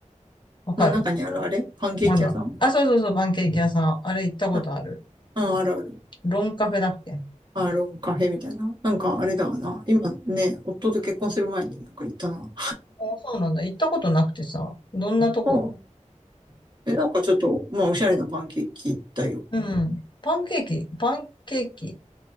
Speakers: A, on the left; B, on the right.
A: わかる
B: の中にあるあれパンケーキ屋さん
A: あの、あ、そうそうそう、パンケーキ屋さん。あれ行ったことある
B: あ、うん、あるある。
A: ロンカフェだっけ
B: アーロンカフェみたいな。なんかあれだわな。今ね、夫と結婚する前になんか行ったな。
A: あ、そうなんだ。行ったことなくてさ、どんなとこ
B: うん。え、なんかちょっと、まあおしゃれなパンケーキだよ。
A: うん。パンケーキ、パンケーキ。